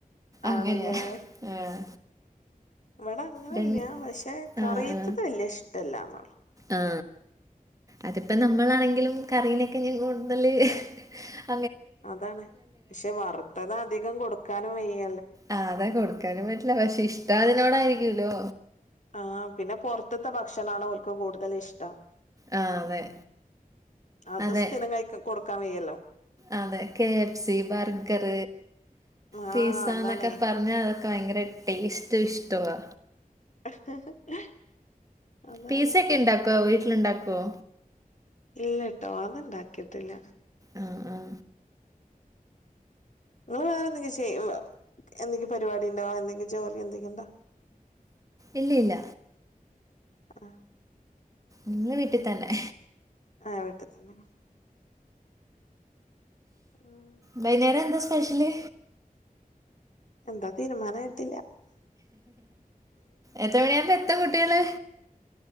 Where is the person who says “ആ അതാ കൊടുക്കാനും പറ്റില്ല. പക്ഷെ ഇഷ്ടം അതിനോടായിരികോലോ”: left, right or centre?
Right